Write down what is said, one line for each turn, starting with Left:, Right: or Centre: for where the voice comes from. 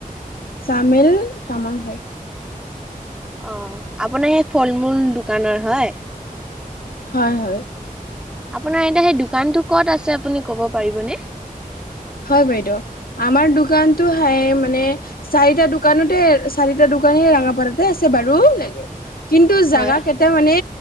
Left: চামেল তামাং হয়।
Centre: অ আপোনাৰ সেই ফল মুল দোকানৰ হয়।
Left: হয় হয়।
Centre: আপোনাৰ এ সেই দোকানটো ক'ত আছে আপুনি কব পাৰিবনে?
Left: হয়, বাইদেউ আমাৰ দোকানতো হাই মানে চাৰিটা দোকানতে চাৰিটা দোকানী ৰাঙাপাৰাতে আছে বাৰু লাগে কিন্তু জেগা
Centre: হয়
Left: কেইটা মানে